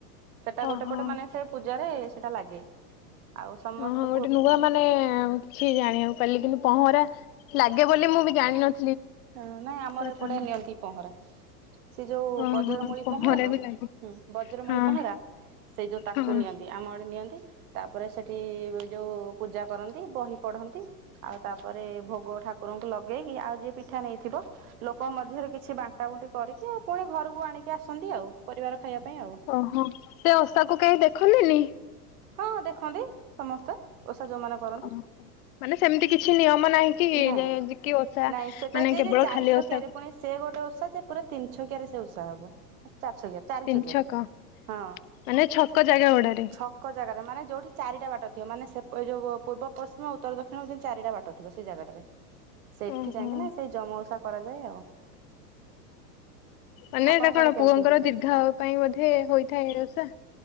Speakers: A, on the right (about 60°); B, on the left (about 60°).
A: ସେଟା
B: ଓହୋ।
A: ଗୋଟେ ପଟେ ମାନେ ସେ ପୂଜାରେ ସେଟା ଲାଗେ। ଆଉ ସମସ୍ତେ
B: ମୁଁ ଏଠି ନୂଆ ମାନେ। କିଛି ଜାଣିବାକୁ ପାରିଲି କିନ୍ତୁ ପହଁରା ଲାଗେ ବୋଲି ମୁଁ ବି ଜାଣିନଥିଲି।
A: ହଁ ନାଇଁ ଆମର
B: ପ୍ରଥମେ
A: ଏପଟେ ନିଅନ୍ତି ପହଁରା। ସେ ଯୋଉ
B: ଓହୋ
A: ବଜ୍ରମୂଳି ପହଁରା ତ
B: ବି ଲାଗେ
A: ହୁଁ ବଜ୍ରମୂଳି
B: ହଁ
A: ପହଁରା। ସେଇ ଯୋଉ ତାକୁ
B: ହଁ
A: ନିଅନ୍ତି ଆମ ଆଡେ ନିଅନ୍ତି। ତାପରେ ସେଠି ଯୋଉ ପୂଜା କରନ୍ତି ବହି ପଢନ୍ତି ଆଉ ତାପରେ ଭୋଗ। ଠାକୁରଙ୍କୁ ଲଗେଇକି ଆଉ ଯିଏ। ପିଠା ନେଇଥିବ ଲୋକଙ୍କ ମଧ୍ୟରେ କିଛି ବାଣ୍ଟା ବୁଣ୍ଟି କରିକି ଆଉ ପୁଣି ଘରକୁ ଆଣି କି। ଆସନ୍ତି ଆଉ ପରିବାର ଖାଇବା ପାଇଁ ଆଉ।
B: ଓହୋ ସେ ଓଷାକୁ କେହି ଦେଖନ୍ତିନି
A: ହଁ ଦେଖନ୍ତି ସମସ୍ତେ ଓଷା ଯୋଉମାନେ କରନ୍ତି।
B: ଓହୋ ମାନେ ସେମିତି କିଛି ନିୟମ ନାହିଁ କି
A: ନାହିଁ
B: ଯେ ଯି କି ଓଷା
A: ନାଇଁ ସେଟା
B: ମାନେ
A: ଯେ
B: କେବଳ
A: ଯେ ଚାରି
B: ଖାଲି
A: ଛକିଆରେ
B: ଓଷା କ
A: ପୁଣି ସେ ଗୋଟେ ଓଷା ଯେ ପୁରା ତିନି ଛକିଆରେ ସେ ଓଷା ହବ। ଚାରି ଛକିଆ ଚାରି
B: ତିନି
A: ଛକିଆରେ
B: ଛକ
A: ହଁ
B: ମାନେ ଛକ ଜାଗା ଗୁଡାରେ
A: ଛକ ଜାଗାରେ ମାନେ। ଯୋଉଠି ଚାରିଟା ବାଟ ଥିବ ମାନେ ସେ ପ ଯୋଉ ପୂର୍ବ ପଶ୍ଚିମ, ଉତ୍ତର, ଦକ୍ଷିଣ ଜେମତୀ ଚାରିଟା ବାଟ ଥିବ ସେଇ ଜାଗାଟାରେ। ସେଠି
B: ଓହୋ
A: ଯାଇକି ନା ସେଇ ଯମ ଓଷା କରାଯାଏ ଆଉ।
B: ମାନେ
A: ଆପଣଙ୍କ
B: ଏଟା କଣ
A: ଆଡେ କେମିତି
B: ପୁଅଙ୍କର
A: ହୁଏ?
B: ଦୀର୍ଘାୟୁ ପାଇଁ ବୋଧେ ହୋଇଥାଏ ଏ ଓଷା।